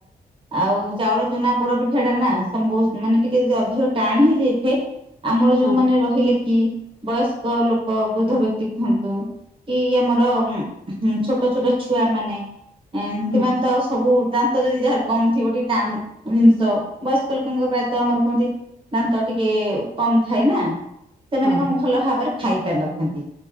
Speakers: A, on the right; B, on the left.
A: ଆଉ ଚାଉଳ ଚୁନା ପୋଡ ପିଠା ଟା ନାବ ମାନେ ଟିକେ ଯଦି ଅଧିକ ଟାଣ ହେଇଯାଇଥାଏ। ଆମର ଯୋଉମାନେ
B: ହଁ
A: ରହିଲେ କି ବୟସ୍କ ଲୋକ ବୃଦ୍ଧ ବ୍ୟକ୍ତି କୁହନ୍ତୁ। କି ଆମର ଛୋଟ ଛୋଟ ଛୁଆ ମାନେ
B: ହୁଁ
A: ସେମାନେ ତ ଆଉ ସବୁ ଦାନ୍ତ ଯଦି ଯାହାର କମ ଥିବ ଟିକେ ଟାଣ ଜିନିଷ ବୟସ୍କ ଲୋକଙ୍କ ପ୍ରାୟତଃ ଆମର କୁହନ୍ତି। ଦାନ୍ତ ଟିକେ କମ୍ ଥାଏ ନା। ସେମାନେ
B: ହଁ
A: କଣ ଭଲ ଭାବରେ ଖାଇ ପାରିନଥାନ୍ତି।